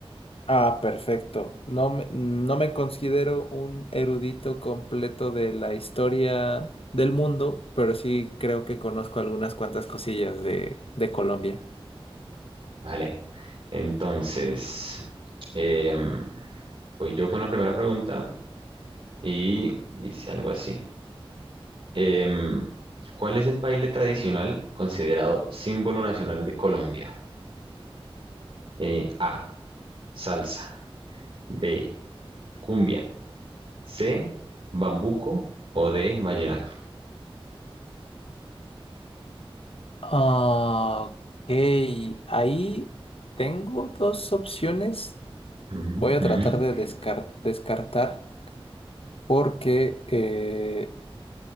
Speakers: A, on the left; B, on the right.
A: Ah, perfecto. No me, no me considero un erudito completo de la historia del mundo, pero sí creo que conozco algunas cuantas cosillas de, de Colombia.
B: Vale. Entonces... em, Voy yo con la primera pregunta y dice algo así. Em, ¿cuál es el baile tradicional considerado símbolo nacional de Colombia? Eh, A, salsa, B, cumbia, C, bambuco o D, vallenato.
A: Ah, Ok, ahí tengo dos opciones.
B: Ujú,
A: Voy a
B: ujú.
A: tratar de descar- descartar porque eh,